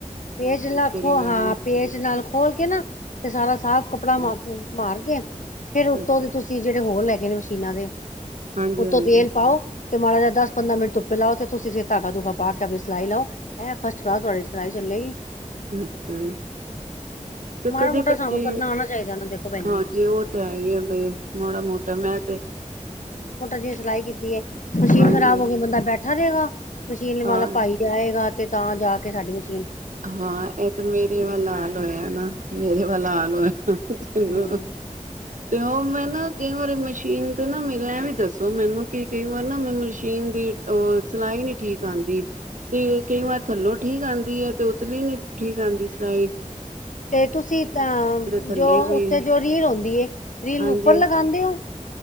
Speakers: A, on the left; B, on the right.
A: ਪੇਜ ਨਾਲ ਖੋ
B: ਕਰਾਂ
A: ਹਾਂ ਪੇਜ ਨਾਲ ਖੋਲ ਕੇ ਨਾ ਤੇ ਸਾਰਾ ਸਾਫ਼ ਕੱਪੜਾ
B: ਅੱਛਾ
A: ਮਾਰ ਕੇ ਫੇਰ ਉੱਤੋਂ
B: ਅੱਛਾ
A: ਦੇ ਤੁਸੀਂ ਜਿਹੜੇ ਹੋਰ ਲੈ ਕੇ ਨੇ ਮਸ਼ੀਨਾਂ ਦੇ
B: ਹਾਂਜੀ
A: ਉਤੋਂ
B: ਹਾਂਜੀ
A: ਤੇਲ ਪਾਓ ਤੇ ਮਾੜਾ ਜਿ ਦਸ ਪੰਦਰ ਮਿੰਟ ਲਓ ਤੇ ਤੁਸੀਂਂ ਧਾਗਾ ਧੁਗਾ ਪਾ ਕੇ ਆਪਣੀ ਸਿਈ ਲਓ ਹੈਂ ਬਹੁਤ ਤੁੜੇ ਸ ਚਲੇਗੀ
B: ਅੱਛਾ ਜੀ ਤੇ
A: ਮਾੜਾ
B: ਕਦੀ
A: ਮੋਟਾ
B: ਕਦੀ
A: ਸਾਨੂੰ ਕਰਨਾ ਆਉਣਾ ਚਾਹੀਦਾ ਨਾ ਦੇਖੋ ਭੈਣ
B: ਹਾਂਜੀ
A: ਜੀ
B: ਉਹ ਤੇ ਹੈ ਹੀ ਆ ਬ ਮਾੜਾ ਮੋਟਾ ਮੈਂ ਤੇ
A: ਜਿ ਸਿਲਾਈ ਕੀਤੀ ਏ ਮਸ਼ੀਨ
B: ਹਾਂਜੀ
A: ਖਰਾਬ ਹੋ ਗਈ ਬੰਦਾ ਬੈਠਾ ਠਰੇਗਾ ਮਸ਼ੀਨ
B: ਹਾਂ
A: ਵਾਲਾ ਪਾਈ ਜਾਏਗਾ ਤੇ ਤਾਂ ਜਾ ਕੇ ਫਿਰ ਘਰ ਦੇ ਵਿੱਚ
B: ਹਾਂ ਇਹ ਤੇ ਮੇਰੇ ਵਾਲਾ ਹਾਲ ਹੋਇਆ ਨਾ ਮੇਰੇ ਵੱਲ ਆਾਲ ਹੋਇਆ ਅਮ
A: ਹਮ
B: ਤੇ ਉਹ ਮੈਂ ਨਾ ਕਈ ਵਾਰੀ ਮਸ਼ੀਨ ਤੇ ਨਾ ਮੇਰਾ ਐ ਵੀ ਦੱਸੋ ਮੈਨੂੰ ਕਿ ਕਈ ਵਾਰ ਨਾ ਮੈਂ ਮਸ਼ੀਨ ਦੀ ਉਹ ਸਿਲਾਈ ਨੀ ਠੀਕ ਆਉਂਦੀ ਤੇ ਕਈ ਵਾਰ ਥੱਲੋਂ ਠੀਕ ਆਉਂਦੀ ਹੈ ਤੇ ਉਤਲੀ ਨੀ ਠੀਕ ਆਂਦੀ ਸਲਾਈ
A: ਤੇ ਤੁਸੀਂ ਅ
B: ਥੱਲੇ
A: ਜੋ
B: ਵੀ
A: ਉੱਥੇ ਜੋ ਰੀਲ ਆੁੰਂਦੀ ਹੈ ਰੀਲ
B: ਹਾਂਜੀ
A: ਨੂੰ ਉੱਪਰ ਲਗਾਉਦੇ ਹੋ